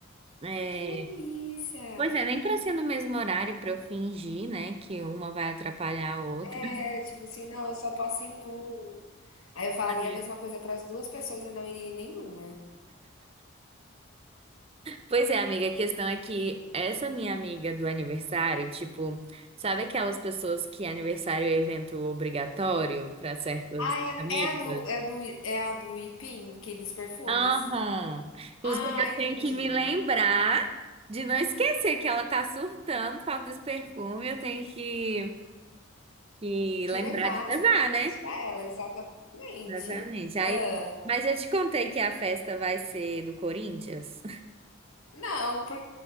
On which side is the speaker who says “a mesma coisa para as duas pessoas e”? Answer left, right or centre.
Left